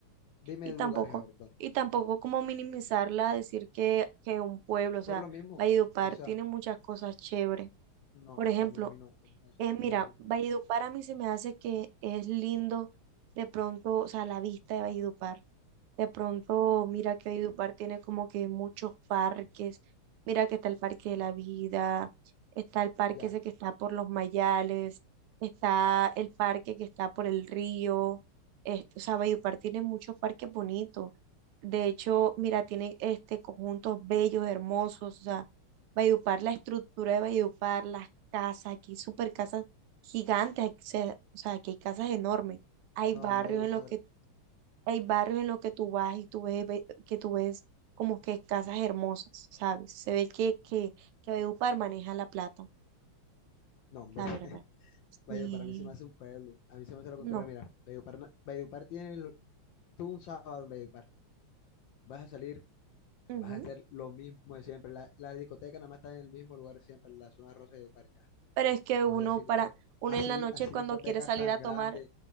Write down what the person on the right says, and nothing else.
y tampoco,
y tampoco como minimizarla, decir que, que un pueblo, o sea,
Valledupar
tiene muchas cosas chéveres.
Por ejemplo,
eh,
mira,
Valledupar a mí se me hace que es lindo de pronto, o sea, la vista de Valledupar. De pronto, mira que Valledupar tiene como que muchos parques. Mira que está el Parque de la Vida, está el parque
ese que está por los Mayales, está el parque que está por el río. Este, o sea, Valledupar tiene muchos parques bonitos. De hecho, mira, tiene este conjuntos bellos, hermosos. O sea, Valledupar, la estructura
de Valledupar, las casas, aquí super casas gigantes, aquí se- o sea, aquí hay casas enormes. Hay
barrios
en los que hay barrios en los que tú vas y tú ves, ve- que tú ves como que casas hermosas, ¿sabes? Se ve que, que, que Valledupar maneja la plata,
la
verdad.
Sí.
No.
ujú.
Pero es que uno
para,
uno
en la noche
cuando
quiere salir
a tomar,